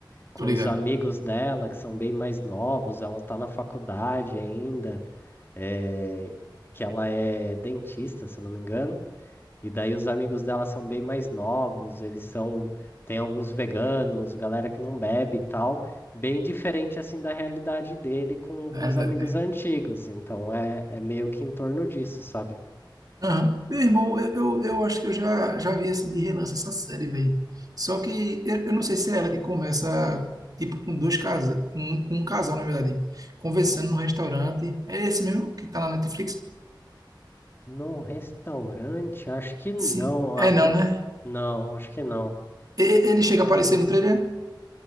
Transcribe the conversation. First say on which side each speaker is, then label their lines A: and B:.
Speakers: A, on the left; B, on the right.
A: Com
B: Tô ligado.
A: os amigos dela que são bem mais novos, ela tá na faculdade ainda eh, que ela é dentista, se eu não me engano, e daí os amigos dela são bem mais novos, eles são, tem alguns veganos, galera que não bebe e tal, bem diferente assim da realidade dele com,
B: Na
A: com
B: realidade,
A: os amigos
B: né?
A: antigos, então é, é meio que em torno disso, sabe?
B: Aham. Meu irmão, eu, eu, eu acho que eu já, já vi, assim, de relance essa série, velho. Só que eu, eu não sei se é ela que começa, tipo, com dois casas, com, com um casal, na verdade, conversando no restaurante. É esse mesmo que tá na Netflix?
A: No restaurante, acho que não,
B: Sim.
A: a
B: É
A: pe-
B: não, né?
A: não, acho que não.
B: E- e- Ele chega a aparecer no trailer?